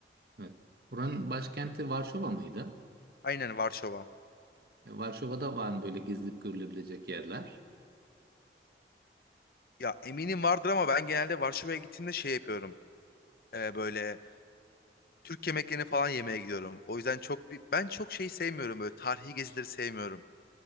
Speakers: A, on the right (about 55°); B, on the left (about 55°).
A: Evet. Buranın başkenti Varşova mıydı?
B: Aynen Varşova.
A: E, Varşova'da var mı böyle gezilip görülebilecek yerler?
B: Ya eminim vardır ama ben genelde Varşova'ya gittiğimde şey yapıyorum. Ee, böyle Türk yemeklerini falan yemeye gidiyorum. O yüzden çok bir- ben çok şey sevmiyorum böyle tarihi gezileri sevmiyorum.